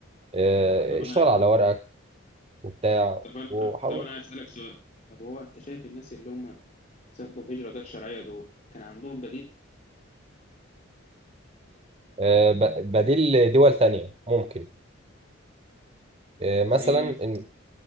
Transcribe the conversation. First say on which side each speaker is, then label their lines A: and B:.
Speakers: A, on the right; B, on the left.
A: آه،
B: طب انا
A: اشتغل على ورقك وبتاع
B: طب انا
A: وحاول
B: طب انا هسألك سؤال طب هو انت شايف الناس اللي هم سافروا هجره غير شرعيه دول كان عندهم بديل
A: آه، ب- بديل دول تانية ممكن آه، مثلا
B: زي ايه مثلا
A: إن-